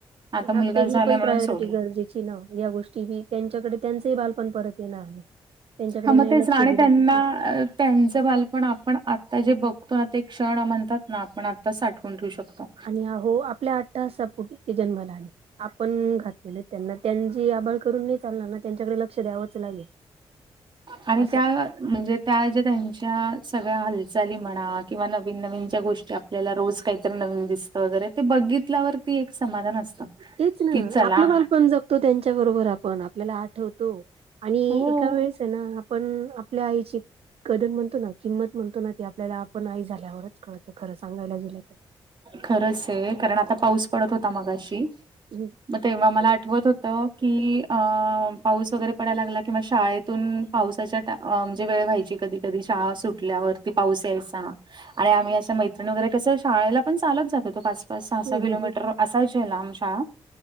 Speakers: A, on the right; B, on the right.
A: मुलगा
B: आता ही
A: झालाय
B: पण
A: म्हणून
B: प्रायोरिटी
A: सोडला.
B: गरजेची ना या गोष्टीी त्यांच्याकडे त्यांचंही बाल पण परत ते ना त्यांच्याकडे
A: हां, मग
B: नाही
A: तेच
B: लक्ष
A: ना आणि
B: दिलं
A: त्यांना
B: ते
A: अ, त्यांचं बालपण आपण आता जे बघतो ना ते क्षण म्हणतात ना आपण आता साठवून ठेवू शकतो
B: आणि हो आपल्या आठ तासा पोठी ते जन्माला आले आपण घातले ना त्यांना त्यांची आबाळ करून नाही चालणार ना त्यांच्याकडे लक्ष द्यावंच लागेल
A: आणि
B: असं.
A: त्या म्हणजे त्या ज्या त्यांच्या सगळ्या हालचाली म्हणा किंवा नवीन नवीन ज्या गोष्टी आपल्याला रोज काहीतरी नवीन दिसतं वगैरे ते बघितल्यावरती एक समाधान असतं
B: तेच ना
A: की चला
B: आपलं बालपण जगतो त्यांच्याबरोबर आपण आपल्याला आ ठेवतो आणि
A: हो,
B: एका वेळेस आहे ना आपण आपल्या आईची कदर म्हणतो ना किंमत म्हणतो ना ते आपल्याला आपण आई झाल्यावरच कळत खरं सांगायला गेलं तर
A: खरंच आहे कारण आता पाऊस पडत होता मगाशी
B: हम्म
A: मग तेव्हा मला आठवत होत कि अ पाऊस वगैरे पडायला लागला किंवा शाळेतून पावसाच्या म्हणजे वेळ व्हायची कधी कधी शाळा सुटल्यावरती पाऊस यायचा आणि आम्ही अशा मैत्रणी वगैरे कस शाळेला पण चालत जातो तो पाच पाच सहा सहा
B: हम्म
A: किलोमीटर
B: हम्म हम्म
A: असायची आहे आम शाळा